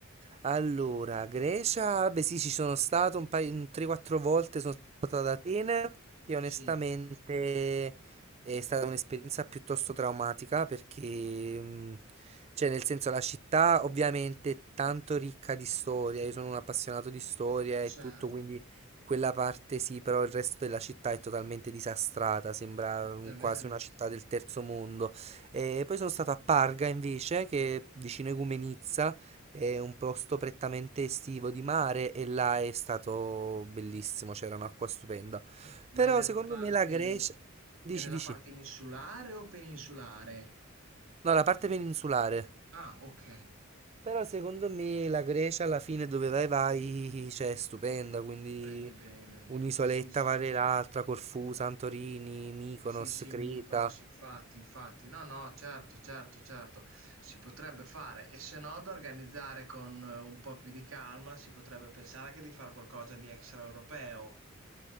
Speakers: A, on the right (about 30°); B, on the right (about 75°).
A: Allora, Grecia, beh sì, ci sono stato un paio, un 3-4 volte, sono stato ad Atene, che onestamente
B: Sì,
A: è stata un'esperienza piuttosto traumatica perché, mh, cioè nel senso la città ovviamente è tanto ricca di storia, io sono un appassionato di storia
B: certo,
A: e tutto, quindi quella parte sì, però il resto della città è totalmente disastrata, sembra
B: davvero.
A: un- quasi una città del terzo mondo. E poi sono stato
B: Mm.
A: a Parga invece, che è vicino a Igoumenitsa è un posto prettamente estivo di mare e là è stato bellissimo, c'era un'acqua stupenda. Però
B: Ma è nella
A: secondo
B: parte
A: me la Grecia... Dici,
B: è nella
A: dici.
B: parte insulare o peninsulare?
A: No, la parte peninsulare.
B: Ah, ok,
A: Però secondo me la Grecia alla fine dove vai vai, cioè è stupenda, quindi
B: prendi bene.
A: un'isoletta
B: Sì, sì.
A: vale l'altra, Corfù, Santorini, Mykonos,
B: Sì, sì,
A: Creta.
B: Mykonos, infatti, infatti. No, no, certo, certo, certo. Si potrebbe fare e se no da organizzare con eh, un po' più di calma, si potrebbe pensare anche di fare qualcosa di extraeuropeo.